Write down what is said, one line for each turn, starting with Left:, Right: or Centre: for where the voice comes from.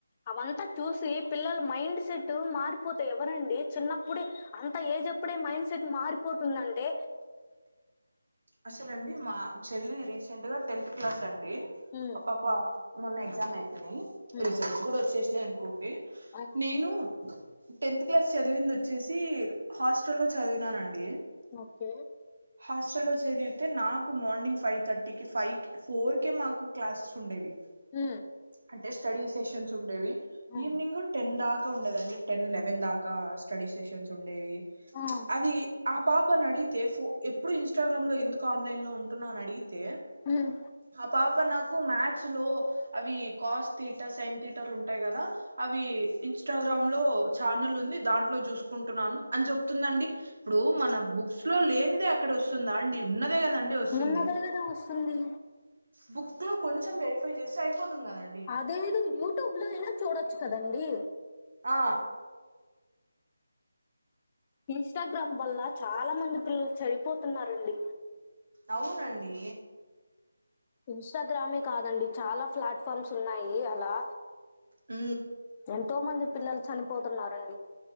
Left: అవంతా చూసి పిల్లల మైండ్ సెట్ మారిపోతె ఎవరండి చిన్నప్పుడే అంత ఏజప్పుడే మైండ్ సెట్ మారిపోతుందంటే
Right: అసలు అండి మా చెల్లి రీసెంట్ గా టెన్త్ క్లాస్ అండి
Left: ఉమ్
Right: ఆ పాప మొన్న ఎగ్జామ్ అయిపోయినాయి
Left: ఉమ్
Right: రిజల్ట్స్ కూడా వచ్చేసినాయి అనుకోండి
Left: ఆ
Right: నేను టెన్త్ క్లాస్ చదివింది వచ్చేసి హాస్టల్లో చదివినానండి
Left: ఓకే
Right: హాస్టల్ లోంచి చదివితే నాకు మార్నింగ్ ఫైవ్ థర్టీ కి ఫైవ్ కి ఫోర్ కే మాకు క్లాసెస్ ఉండేవి
Left: ఊ
Right: అంటే స్టడీ సెషన్స్ ఉండేవి
Left: ఆ
Right: ఈవినింగ్ టెన్ దాకా ఉండేదండి టెన్ లెవెన్ దాకా స్టడీ సెషన్స్ ఉండేవి
Left: ఆ
Right: అది ఆ పాపనిడిగితే ఫో ఎప్పుడు ఇన్స్స్ట గ్రామ్లో ఎందుకు ఆన్లైన్ లో ఉంటున్నావాని అడిగితే
Left: ఉమ్
Right: ఆ పాప నాకు మ్యాథ్స్ లో అవి కాస్ థిట సైన్ థిటలు ఉంటాయి కదా అవి ఇన్స్టాగ్రామ్ లో ఛానల్ ఉంది దాంట్లో చూసుకుంటున్నాను అని చెప్తుందండి ఇప్పుడు మన బుక్స్ లో లేనిదే అక్కడ వస్తుందా అండి ఉన్నదే కదండి వస్తుంది
Left: ఉన్నదే కదా వస్తుంది
Right: బుక్ లో కొంచెం వెరిఫై చేసి అయిపోతుంది కదం
Left: అదేనా యూట్యూబ్ లో అయినా చూడొచ్చు కదండి
Right: ఆ
Left: ఇన్స్టాగ్రామ్ వల్ల చాలా మంది పిల్లలు చడిపోతున్నారండి
Right: అవునండి
Left: ఇన్స్టాగ్రామే కాదండి చాలా ప్లాట్ఫామ్స్ ఉన్నాయి అలా
Right: ఊ
Left: ఎంతో మంది పిల్లలు చనిపోతున్నరండి